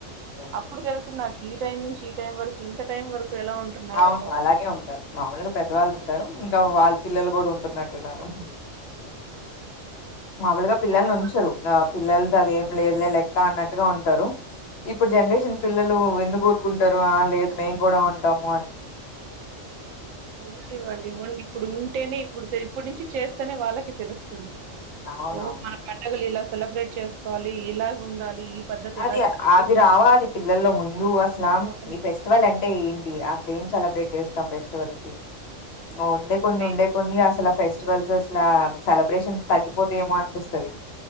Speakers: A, on the left (about 60°); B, on the right (about 85°).
A: యాహ్!
B: అప్పుడు తెలుసు నాకు ఈ టైం నుంచి ఈ టైం వరకు ఇంత టైం వరకు ఎలా ఉంటున్నారు
A: అవును
B: అబ్బా
A: అలాగే ఉంటారు మాముూలుగా పెద్దవాళ్ళు ఉంటారు ఇంకా వాళ్ళ పిల్లలు కూడా ఉంటున్నట్టున్నారు మాములుగా పిల్లల్ని
B: అది
A: ఉంచరు పిల్లలు అది ఏం లేదులే కా అన్నట్టుగా ఉంటారు ఇప్పుడు జనరేషన్ పిల్లలు ఎందు కోరుకుంటారు ఆ లేదు మేం కూడా కమ్
B: ఓన్ ఇవ్వండి ఓన్ ఇప్పుడు ఉంటే ఇప్పుడు ఇప్పటి నుంచి చేస్తేనే వాళ్ళకి తెలుస్తుంది
A: అవునవును
B: ఓహో మన పండగలు ఇలా సెలబ్రేట్ చేసుకోవాలి ఇలా ఉండాలి పద్ధతి
A: అది
B: ఇలా చేయాలి
A: అవి రావాలి పిల్లల్లో ముందు అస్లం
B: అవును.
A: ఈ ఫెస్టివల్ ఎంట అంటే ఏంటి అసలు ఏం సెలబ్రేట్ చేస్తాం ఫెస్టివల్ కి ఉండే కొన్ని
B: నేను
A: ఉండే కొన్ని అసలు ఫెస్టివల్స్ అసలా సెలబ్రేషన్స్ తగ్గిపోతే ఏమో అనిపిస్తుంది